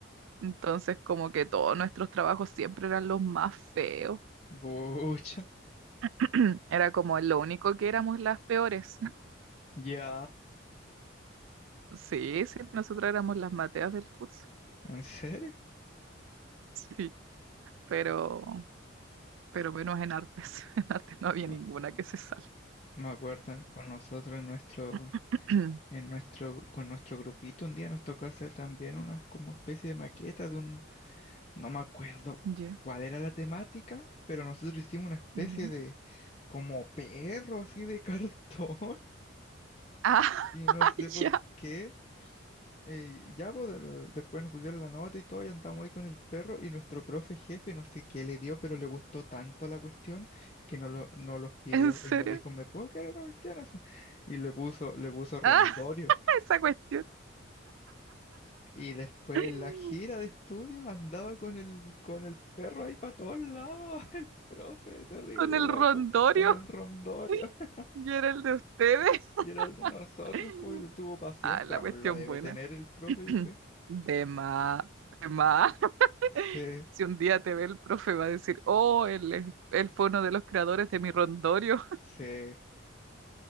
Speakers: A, on the right; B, on the left.
A: Entonces como que todos nuestros trabajos siempre eran los más feos.
B: Bucha.
A: <clears throat> Era como lo único que éramos las peores.
B: Ya.
A: Sí, sí, nosotros éramos las mateas del curso. <laughs>
B: ¿En serio?
A: Sí, pero, pero menos en artes. <laughs> En artes no había
B: Me
A: ninguna que se salve.
B: me acuerdo en- con nosotros en nuestro,
A: <clears throat>
B: en nuestro, con nuestro grupito un día nos tocó hacer también una como especie de maqueta de un, no me acuerdo
A: Ya,
B: cuál era la temática, pero nosotros hicimos una especie
A: ya.
B: de como perro así de <laughs> cartón
A: Ah,
B: Y no
A: <laughs>
B: sé por
A: ya,
B: qué. eh, ya pues, del- después nos pusieron la nota y todo, y andamos ahí con el perro. Y nuestro profe jefe, no sé qué le dio, pero le gustó tanto la cuestión que nos, lo, nos los pidió
A: ¿en serio?
B: y nos dijo, ¿me puedo quedar esa cuestión así? Y le puso, le puso rondorio.
A: Ah, <laughs> esa cuestión.
B: Y después
A: <clears throat>
B: en la gira de estudios andaba con el, con el perro ahí para todos lados, <laughs> el profe, terrible
A: Con el
B: loco,
A: rondorio.
B: con el rondorio.
A: <laughs>
B: <laughs>
A: Y era el de ustedes.
B: Y era el de nosotros,
A: <laughs>
B: pues, y lo tuvo para siempre.
A: Ah, la
B: Aún
A: cuestión
B: lo debe
A: buena.
B: tener el profe,
A: <clears throat>
B: yo creo.
A: De más, de más. <laughs>
B: Sí.
A: Si un día te ve el profe, va a decir, oh, él, es- él fue uno de los creadores de mi rondorio.
B: Sí.